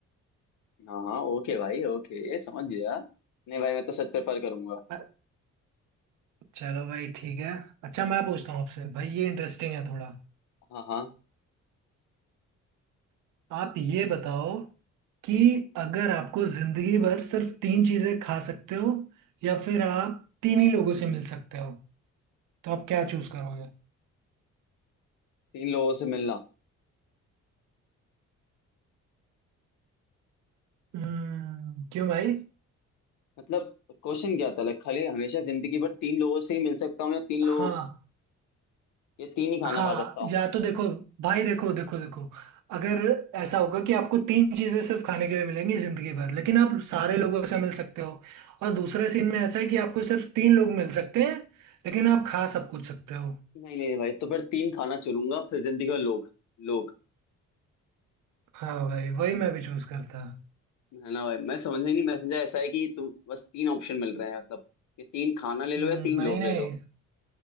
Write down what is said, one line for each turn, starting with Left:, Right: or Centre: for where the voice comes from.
Left: हाँ हाँ ओके भाई ओके समझ गया नहीं भाई मैं तो सच प्रेफर करूंगा
Right: अ- चलो भाई ठीक है अच्छा मैं पूछता हूँ आपसे भाई ये इंटरेस्टिंग है थोड़ा
Left: हाँ हाँ
Right: आप ये बताओ कि अगर आपको जिंदगी भर सिर्फ तीन चीजें खा सकते हो या फिर आप तीन ही लोगों से मिल सकते हो तो आप क्या चूज करोगे
Left: तीन लोगों से मिलना
Right: हम्म क्यों भाई
Left: मतलब क्वेश्चन क्या था लाइक खाली हमेशा जिंदगी भर तीन लोगों से ही मिल सकता हूँ या तीन
Right: हाँ
Left: लोग या तीन ही खाना
Right: हाँ
Left: खा सकता हूँ
Right: या तो देखो भाई देखो देखो देखो अगर ऐसा होगा कि आपको तीन चीजें सिर्फ खाने के लिए मिलेंगी जिंदगी भर लेकिन आप सारे लोगों से मिल सकते हो और दूसरे सीन में ऐसा है कि आपको सिर्फ तीन लोग मिल सकते हैं लेकिन आप खा सब कुछ सकते हो
Left: नहीं नहीं नहीं भाई तो फिर तीन खाना चुनूंगा फिर जिंदगी भर लोग
Right: हाँ भाई वही मैं भी चूज करता
Left: है ना भाई मैं समझ ही नहीं मैसेंजर ऐसा है कि तुम बस तीन ऑप्शन मिल रहे हैं मतलब कि तीन खाना ले लो
Right: हम्म,
Left: या तीन
Right: नहीं
Left: लोग
Right: नहीं
Left: ले लो